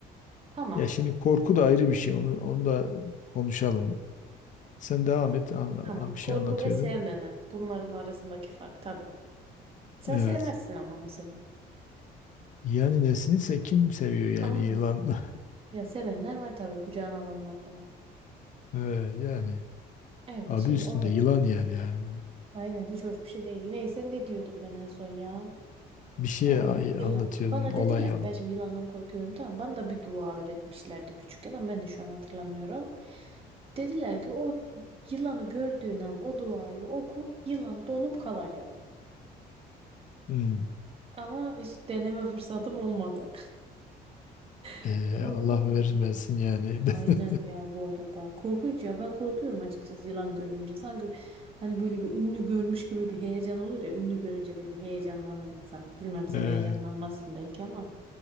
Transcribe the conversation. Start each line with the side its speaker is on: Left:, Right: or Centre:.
Right: Tamam.
Left: Ya şimdi korku da ayrı bir şey. Onu onu da konuşalım. Sen devam et. An-
Right: Tamam.
Left: an-
Right: Korku
Left: Bir şey anlatıyordum.
Right: ve sevmeme. Bunların arasındaki fark tabii. Sen
Left: Evet.
Right: sevmezsin ama mesela.
Left: Yani nesinse kim seviyor
Right: Aynen.
Left: yani yılan? <laughs>
Right: Ya sevenler var tabii kucağına alanlar falan.
Left: Ee, yani
Right: Evet
Left: adı
Right: şimdi
Left: üstünde
Right: o zaman.
Left: yılan yani yani.
Right: Aynen hiç hoş bir şey değil. Neyse ne diyordum ben en son ya.
Left: Bir şey
Right: Ha,
Left: a-
Right: yılan.
Left: anlatıyordun
Right: Bana
Left: olay
Right: dediler
Left: yani.
Right: ki ben şimdi yılandan korkuyorum tamam. Bana da bir dua öğretmişlerdi küçükken ama ben de şu an hatırlamıyorum. Dediler ki o yılanı gördüğün an o duayı oku yılan donup kalacak.
Left: Hmm.
Right: Ama hiç deneme fırsatım olmadı. <laughs>
Left: Ee,
Right: Unuttum
Left: Allah vermesin
Right: da zaten.
Left: yani.
Right: Aynen
Left: <laughs>
Right: ya bu arada. Korkunç ya ben korkuyorum açıkçası yılan görünce. Sanki hani böyle bir ünlü görmüş gibi bir heyecan olur ya. Ünlü görünce böyle bir heyecanlanır insan. Bilmem sen
Left: Ee,
Right: heyecanlanmazsın belki ama.